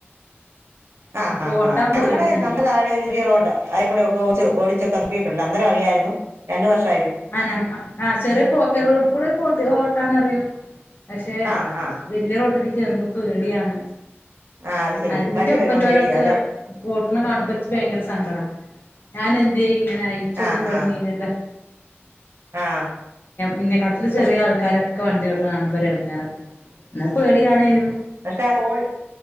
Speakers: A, on the right; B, on the left.
A: ആഹ്
B: അപ്പൊ
A: ആഹ്
B: ഓട്ടാൻ
A: ആഹ്
B: പേടിയാണ്
A: നമ്മടെ നമ്മുടെ താഴെ ഒരു വീടുണ്ട് അയ്ക്കൂടെ ഒക്കെ ഓടിച്ചു ഓടിച്ചൊക്ക നോക്കിയിട്ടുണ്ട് അന്നരം അറിയായിരുന്നു രണ്ട് വർഷം
B: <unintelligible> ആഹ് ചെറിയ പോക്കറ്റ്റോട്ട്ക്കൂടെ ഒക്കെ ഓട്ട് ഓട്ടാനറിയും പക്ഷേ
A: ആഹ് ആഹ്
B: വല്ല്യ റോട്ട്ക്ക് കേറുമ്പൊ പേടിയാണ്
A: ആഹ് അത് ശരി
B: ആ ന്റെ
A: വണ്ടി
B: ഒപ്പല്ലോലൊക്കെ
A: വരുമ്പോ പേടിയാ അല്ലേ
B: വോട്ട്ണ് കാണുമ്പൊ ഇച്ച് ഭയങ്കര സങ്കടാ ഞാൻ എന്തേ ഇങ്ങനെ ആയി ഇച്ചൊന്നും
A: ആഹ്
B: പഠിഞ്ഞീലല്ലോ
A: ആഹ് ആഹ്
B: ഇന്നക്കാട്ടിലും
A: പക്ഷെ
B: ചെറിയ ആൾക്കാരൊക്കെ വണ്ടി ഓട്ടണ കാണുമ്പ ഒരു എടങ്ങേറാ ഇന്നാ പേടിയാണേനൂ
A: പക്ഷെ അത് ഓടി